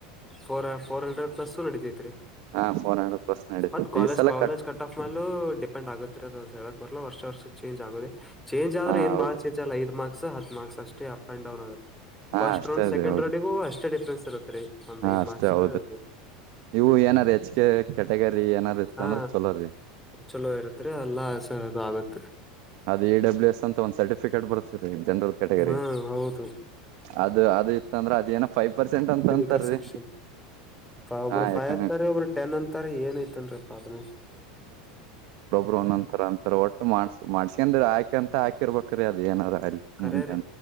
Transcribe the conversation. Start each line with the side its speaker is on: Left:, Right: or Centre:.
Centre: ಫೋರ್ ಫೋರ್ ಹಂಡ್ರೆಡ್ ಪ್ಲಸ್ಸ ನಡಿತೈತ್ರಿ.
Right: ಹಾ ಫೋರ್ ಹಂಡ್ರೆಡ್. ಪ್ಲಸ್ ನಡೀತದ
Centre: ಬಟ್ ಕಾಲೇಜ್
Right: ಈ ಸಲ
Centre: ಕಾಲೇಜ್ ಕಟ್ ಆಫ್ ಮೇೂ ಡಿಪೆಂಡ್ ಆಗತ್ ಅದು ಹೇಳಕ್ ಬರ್ಲಾ ವರ್ಷ ವರ್ಷದ ಚೇಂಜ್ ಆಗುದೆ. ಚೇಂಜ್ ಆದ್ರೆ
Right: ಹಾ
Centre: ಏನ್
Right: ಹೌದ್ರಿ
Centre: ಬಾಳ ಚೇಂಜ್ ಆಗಲ್ಲ ಐದ ಮಾರ್ಕ್ಸ್ ಹತ್ ಮಾರ್ಕ್ಸ್ ಅಷ್ಟು. ಅಪ್ ಅಂಡ್ ಡೌನ್ ಆತ್
Right: ಹಾ
Centre: ಫಸ್ಟ್
Right: ಅಷ್ಟೇ
Centre: ರೌಂಡ್ ಸೆಕಂಡ್
Right: ರೀ ಹೌದು
Centre: ರೌಂಡಗ ಅಷ್ಟೇ ಡಿಫ್ರೆನ್ಸ್. ತ್ರಿ ಒಂದ್
Right: ಹಾ
Centre: ಐದ್
Right: ಅಷ್ಟೇ
Centre: ಮಾರ್ಕ್ಸ್
Right: ಹೌದ್ರಿ
Centre: ಅದು.
Right: ಇವು ಏನಾರ್ ಹೆಚ್ ಕೆ ಕ್ಯಾಟಗರಿ ಏನಾದ್ ಇತ್ತು
Centre: ಹಾ
Right: ಅಂದ್ರೆ ಚಲೋರಿ.
Centre: ಚಲೋ ಇರತ್ರಿ ಎಲ್ಲಾಸೆದು ಆಗತ್ರಿ.
Right: ಅದು ಎ ಡಬ್ಲ್ಯೂಸ್ ಅಂತ ಒಂದು ಸರ್ಟಿಫಿಕೇಟ್ ಬರ್ತೀರಿ. ಜನರಲ್ ಕ್ಯಾಟಗರಿ
Centre: ಹಾ ಹೌದು
Right: ಅದು ಅದು ಇತ್ತ ಅಂದ್ರೆ ಅದ ಏನ ಫೈವ್ ಪರ್ಸೆಂಟ್ ಅಂತ. ಅಂತಾರೀ
Centre: ಕರ್ ಸೆಕ್ಷನ್. ಒಬ್ರು
Right: ಹಾ
Centre: ಫೈವ್
Right: ಯಾಕಂಗ
Centre: ಅಂತಾರ ಒಬ್ಬರು ಟೆನ್ ಅಂತಾರ ಏನ ಐತನ್ರಿಪ್ಪ ಅದ್ಮೇ.
Right: ಒನ್ತರ ಅಂತ ಒಟ್ಟು ಮಾಡ್ಸ ಮಾಡ್ಸ್ಕ್ರ ಹಾಕೆ ಅಂತ ಹಾಕಿರ್ಬೇಕ್ರೀ ಅದ ಏನಾರ. ಅಲ್ಲಿ
Centre: ಕರೆ
Right: ಮುಂದೆ
Centre: ರೀ